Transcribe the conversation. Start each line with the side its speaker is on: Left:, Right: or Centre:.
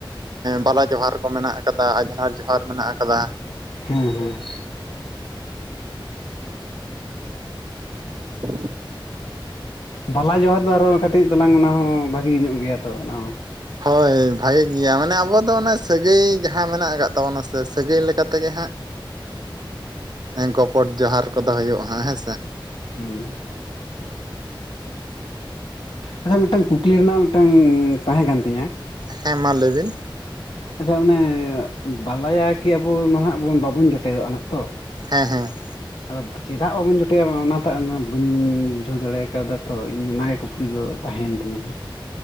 Right: ᱵᱟᱞᱟ ᱡᱚᱦᱟᱨ ᱠᱚ ᱢᱮᱱᱟᱜ ᱠᱟᱫᱟ ᱟᱡᱷᱱᱟᱨ ᱡᱚᱦᱟᱨ ᱢᱮᱱᱟᱜ ᱠᱟᱫᱟ
Left: ᱦᱮᱸ ᱦᱮᱸ
Right: <inaudible>
Left: ᱵᱟᱞᱟ ᱡᱚᱦᱟᱨ ᱫᱚ ᱟᱨᱦᱚᱸ ᱠᱟᱹᱴᱤᱡ ᱛᱟᱞᱟᱝ ᱚᱱᱟᱦᱚᱸ ᱵᱷᱟᱜᱤ ᱧᱚᱜ ᱜᱮᱭᱟ ᱛᱚ ᱚᱱᱟᱦᱚᱸ
Right: ᱦᱚᱭ ᱵᱷᱟᱜᱮ ᱜᱮᱭᱟ ᱢᱟᱱᱮ ᱟᱵᱚᱟᱜ ᱫᱚ ᱚᱱᱮ ᱥᱟᱹᱜᱟᱹᱭ ᱡᱟᱦᱟᱸ ᱢᱮᱱᱟᱜ ᱟᱠᱟᱫ ᱛᱟᱵᱚᱱᱟ ᱥᱮ ᱥᱟᱹᱜᱟᱹᱭ ᱞᱮᱠᱟ ᱛᱮᱜᱮ ᱦᱟᱸᱜ ᱜᱚᱯᱚᱴ ᱡᱚᱦᱟᱨ ᱠᱚᱫᱚ ᱦᱳᱭᱳᱜᱼᱟ ᱦᱮᱸ
Left: ᱦᱩᱸ ᱟᱪᱪᱷᱟ ᱢᱤᱫᱴᱟᱝ ᱠᱩᱠᱞᱤ ᱨᱮᱱᱟᱜ ᱢᱤᱫᱴᱟᱝ ᱛᱟᱦᱮᱸ ᱠᱟᱱ ᱛᱤᱧᱟᱹ
Right: ᱦᱮᱸ ᱢᱟ ᱞᱟᱹᱭ ᱵᱤᱱ
Left: ᱟᱪᱪᱷᱟ ᱚᱱᱮ ᱵᱟᱞᱟᱭᱟ ᱠᱤ ᱟᱵᱚ ᱱᱟᱜ ᱵᱟᱵᱚᱱ ᱡᱚᱴᱮᱫᱚᱜᱼᱟ ᱱᱟᱸᱜ ᱛᱚ
Right: ᱦᱮᱸ ᱦᱮᱸ
Left: ᱟᱫᱚᱼ ᱪᱮᱫᱟᱜ ᱵᱟᱵᱚᱱ ᱡᱚᱢᱮᱫᱚᱜᱼᱟ ᱚᱱᱟ ᱴᱟᱜ ᱚᱱᱟ ᱵᱟᱹᱧ ᱵᱩᱡᱷᱟᱹᱣ ᱫᱟᱲᱮ ᱠᱟᱣᱫᱟ ᱛᱚ ᱤᱧ ᱚᱱᱟ ᱜᱮ ᱠᱩᱠᱞᱤ ᱫᱚ ᱛᱟᱦᱭᱮᱱ ᱛᱤᱧᱟᱹ ᱱᱟᱜ